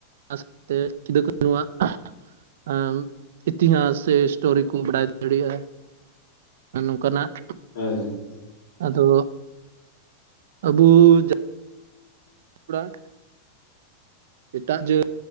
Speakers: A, on the right; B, on the left.
A: ᱥᱟᱶᱛᱮ ᱥᱤᱫᱩ ᱠᱟᱹᱱᱦᱩᱣᱟᱜ ᱟᱢᱻᱤᱛᱤᱦᱟᱥ ᱥᱮ ᱮᱥᱴᱳᱨᱤ ᱠᱚ ᱵᱟᱰᱟᱭ ᱫᱟᱲᱮᱭᱟᱜᱼᱟ ᱟᱨ ᱱᱚᱝᱠᱟᱱᱟᱜ
B: ᱦᱳᱭ ᱦᱳᱭ ᱦᱳᱭ
A: ᱟᱫᱚ ᱟᱹᱵᱩ ᱡᱟᱹ ᱛᱷᱳᱲᱟ ᱮᱴᱟᱜ ᱡᱟᱹᱛ